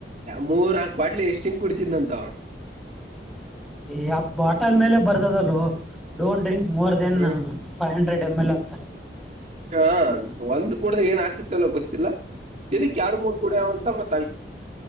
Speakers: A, on the right; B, in the centre.
A: ಮೂರ ಬಾಟ್ಲೆ ಎಷ್ಟ ಹಿಂ ಕುಡ್ತಿದಂತ
B: ಯ ಬಾಟಲ್ ಮೇಲೆ ಬರ್ತದಲ್ೋ don't drink more then
A: hmm
B: five hundred M L ಅಂತ
A: ಹ ಒಂದ್ ಕೂಡ್ರೆ ಏನ್ ಆತ ಲ್ಲ ಗೊತ್ತಿಲ್ಲ ದಿನಕ್ಕೆ ಎರಡು ಮೂರ್ ಕಡಂತ ಮತ್ತೆ